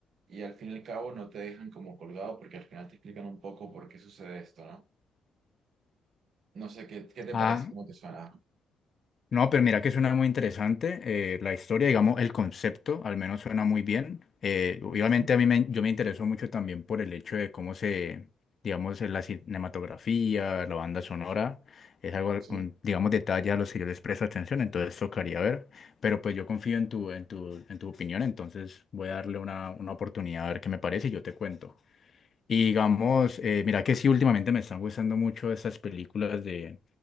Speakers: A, on the right; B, on the left.
A: Y al fin y al cabo no te dejan como colgado porque al final te explican un poco por qué sucede esto, ¿no? No sé qué, qué te
B: Ah,
A: parece, cómo te suena.
B: no, pero mira que suena muy interesante. eh, la historia, digamos, el concepto al menos suena muy bien. Eh, obviamente
A: Ujú,
B: a mí me, yo me interesó mucho también por el hecho de cómo se, digamos, eh, la cinematografía, la banda sonora, es algo,
A: Sí.
B: un, digamos, detalle a los que yo les presto atención, entonces tocaría ver. Pero pues yo confío en tu, en tu, en tu opinión, entonces voy a darle una, una oportunidad a ver qué me parece y yo te cuento. Y digamos, eh, mira que sí, últimamente me están gustando mucho esas películas de,